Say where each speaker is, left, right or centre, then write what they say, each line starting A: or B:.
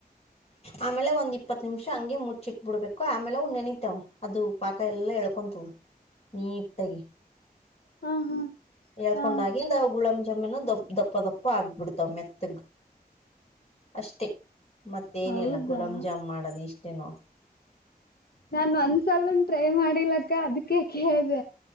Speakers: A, on the left; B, on the left.
A: ಆಮೇಲೆ ಒಂದ ಇಪ್ಪತ್ ನಿಮಿಷ ಹಂಗೆ ಮುಚ್ಚಿಟ್ ಬಿಡ್ಬೇಕು ಆಮೇಲೆ ಅವು ನೆನಿತಾವ ಅದು. ಪಾಕ ಎಲ್ಲ ಎಳ್ಕೊಂತ ನೀಟಾಗಿ.
B: ಹ ಹಾ.
A: ಹೇಳ್ಕೊಂಡಾಗಿಂದ
B: ಹಾ
A: ಗುಲಂ ಜಾಮೀನ ದ ದಪ್ಪ ದಪ್ಪ ಆಗ್ಬಿಡ್ತಾವ್ ಮೆತ್ತಗ್. ಅಷ್ಟೇ ಮತ್ತೇನಿಲ್ಲ
B: ಹೌದಾ
A: ಗುಲಾಮ ಜಾಮ್ ಮಾಡದು ಇಷ್ಟೇನು.
B: ನಾ ಒಂದ್ಸಲನ್ ಟ್ರೈ ಮಾಡಿಲಕ್ಕ ಅದಕ ಕೇಳ್ದ.